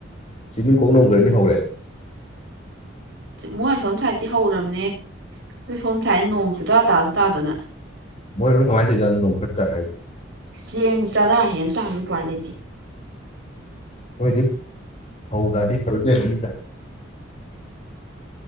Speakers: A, on the left (about 35°); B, on the right (about 65°).
A: ꯆꯤꯅꯤ ꯀꯣꯛ ꯅꯣꯡꯈ꯭ꯔꯗꯤ ꯍꯧꯔꯦ
B: ꯃꯣꯏꯥꯏ ꯁꯣꯝ ꯁ꯭ꯋꯥꯏꯗꯤ ꯍꯧꯔꯕꯅꯦ ꯑꯩꯈꯣꯏ ꯁꯣꯝ ꯁ꯭ꯋꯥꯏꯗ ꯅꯣꯡ ꯇꯥ ꯇꯥꯁꯨ ꯇꯥꯗꯅ
A: ꯃꯣꯏ ꯍꯅ ꯀꯃꯥꯏꯅ ꯇꯧꯖꯥꯅꯣ ꯈꯔ ꯇ ꯍꯥꯏꯦ
B: ꯆꯡ ꯇꯔ ꯌꯦ ꯇ ꯑꯅꯨꯄꯂꯤꯦꯗꯤ
A: ꯍꯣꯏꯗꯤ ꯐꯧ ꯒꯥꯗꯤ ꯐꯔ ꯂꯩꯔꯕꯅꯤꯗ